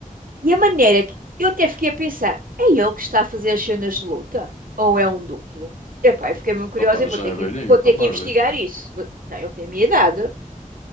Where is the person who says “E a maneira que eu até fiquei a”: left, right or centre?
Right